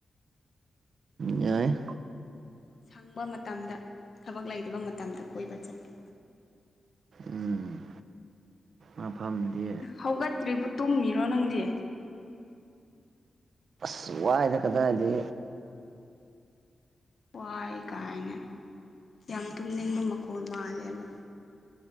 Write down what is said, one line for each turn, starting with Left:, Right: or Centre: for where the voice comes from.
Right: ꯌꯥꯏ
Left: ꯁꯪꯕ ꯃꯇꯝꯗ ꯊꯕꯛ ꯂꯩꯇꯕ ꯃꯇꯝꯗ ꯀꯣꯏꯕ ꯆꯠꯀꯦ
Right: ꯎꯝ ꯃꯐꯝꯗꯤ
Left: ꯍꯧꯒꯠꯇ꯭ꯔꯤꯕꯨ ꯇꯨꯝꯃꯤꯔꯣ ꯅꯪꯗꯤ
Right: ꯑꯁ ꯋꯥꯏꯗ ꯀꯗꯥꯏꯗꯒꯤ
Left: ꯋꯥꯏ ꯀꯥꯏꯅ ꯌꯥꯝ ꯇꯨꯝꯅꯤꯡꯕ ꯃꯈꯣꯜ ꯃꯥꯜꯂꯦꯕ